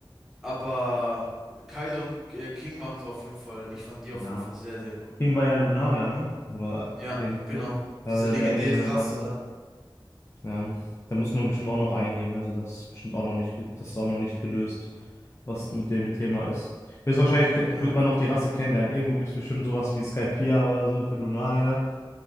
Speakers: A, in the centre; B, on the left (about 35°).
A: Aber Kaido und äh, King waren so auf jeden Fall, ich fand die auf
B: Ja.
A: jeden Fall sehr, sehr cool.
B: King war ja ein Lunarier, ne? Oder
A: Ja,
B: irgendwie
A: genau.
B: so. Also
A: Diese legendäre
B: der irgendwie so eine
A: Rasse
B: Rasse.
A: da.
B: Ja, da muss man bestimmt auch noch eingehen. Also das ist bestimmt auch noch nicht, ge- das ist auch noch nicht gelöst, was mit dem Thema ist. Höchstwahrscheinlich ke-
A: Ja.
B: wird man noch die Rasse kennenlernen. Irgendwo gibt es bestimmt sowas wie Skypia oder so für Lunaria.